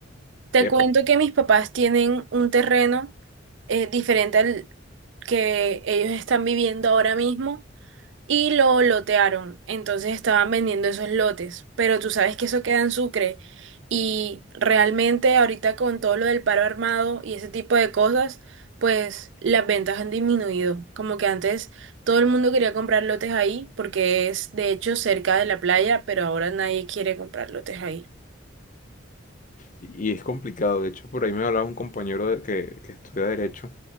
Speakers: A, on the right (about 65°); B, on the left (about 40°).
A: Te
B: epa,
A: cuento que mis papás tienen un terreno eh, diferente al que ellos están viviendo ahora mismo. y lo lotearon. Entonces estaban vendiendo esos lotes, pero tú sabes que eso queda en Sucre y realmente ahorita con todo lo del paro armado y ese tipo de cosas, pues las ventas han disminuido. Como que antes todo el mundo quería comprar lotes ahí porque es de hecho cerca de la playa, pero ahora nadie quiere comprar lotes ahí.
B: Y es complicado, de hecho, por ahí me hablaba un compañero de- que, que estudia Derecho